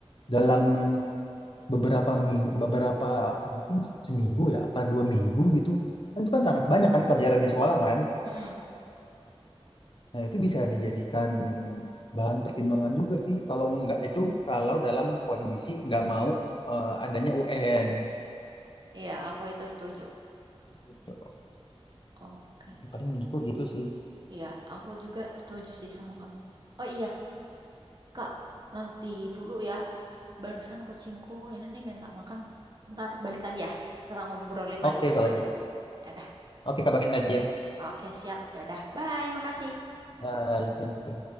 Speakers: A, on the left (about 50°); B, on the right (about 45°).
A: dalam beberapa ming beberapa mungkin seminggu ya apa dua minggu gitu kan itu kan sangat banyak kan pelajaran di sekolah kan
B: Hmm.
A: nah itu bisa dijadikan bahan pertimbangan juga sih kalau nggak itu kalau dalam kondisi nggak mau eh, adanya UN
B: Iya, aku itu setuju.
A: gitu
B: Oke.
A: Ya, paling menurutku gitu sih
B: Iya, aku juga setuju sih sama kamu. Oh iya, Kak, nanti dulu ya. Barusan kucingku ini nih minta makan. Ntar balik lagi ya. Kita ngobrolin lagi
A: oke
B: masalah
A: kalau gitu
B: ini. Ya udah.
A: oke kabarin aja
B: Oke, siap. Ya udah. Bye, makasih.
A: bye thank you